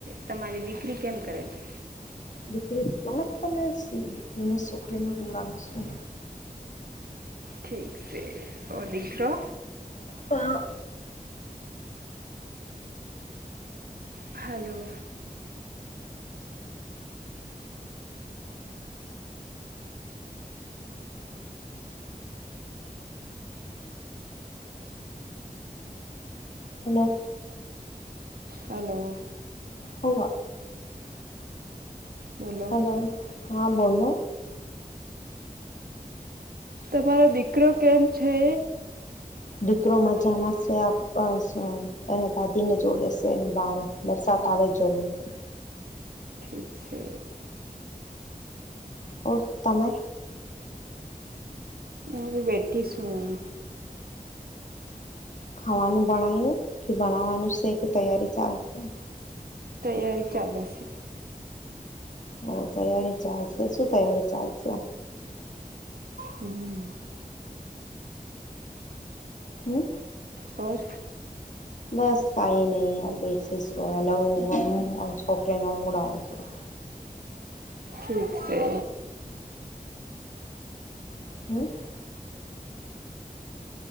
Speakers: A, on the right; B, on the left.
A: તમારી દીકરી કેમ કરે છે.
B: દીકરી કો તમે દીકરી છોકરીને હુઉડાવુ છું.
A: ઠીક છે, ઓ દીકરો
B: હા.
A: હલો.
B: હલો.
A: હલો.
B: હોવા.
A: બોલો
B: હાલો હા બોલો.
A: તમારો દીકરો કેમ છે.
B: દીકરો મજામાંશે અ પ‌ સહ એને દાદી ને જોડેશે એને બારે બરસાત આવે જોવે સે.
A: ઠીક છે,
B: ઓર તમે,
A: હું બી બેઠી છું.
B: ખાવાનું બણાયું કે, બણવાનું છે, કે તૈયારી ચાલશે.
A: તૈયારી ચાલે છે.
B: ઓ તૈયારી ચાલશે, શું તૈયારી ચાલશે,
A: હું.
B: હું.
A: ઓર.
B: બસ કાંઈ નહી બેસીશું એને હું, છોકરીને સુવડાવુ છું.
A: ઠીક છે.
B: હું.